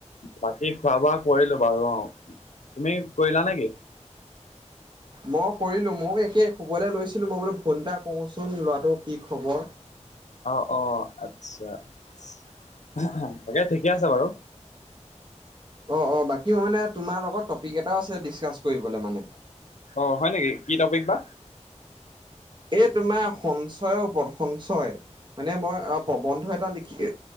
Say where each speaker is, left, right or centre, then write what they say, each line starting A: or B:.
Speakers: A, on the left (about 75°); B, on the right (about 40°).
A: বাকী খোৱা-বোৱা কৰিলো বাৰু অ তুমি কৰিলা নেকি। <unintelligible>
B: মই কৰিলোঁ ময়ো একেই শুবলৈ লৈছিলোঁ মই বোলো ফোন এটা কওঁচোন ল'ৰাটো কি খবৰ।
A: অ অ আচ্ছা ইস্ অহঃ অহঃ তাকে ঠিকে আছে বাৰু।
B: অঁ অঁ বাকীও মানে তোমাৰ লগত টপিক এটাও আছে ডিচকাচ কৰিবলৈ মানে।
A: অ হয় নেকি কি টপিক বা।
B: এই তোমাৰ সঞ্চয়ৰ ওপৰত সঞ্চয় মানে মই অ পপ। প্ৰবন্ধ এটা লিখি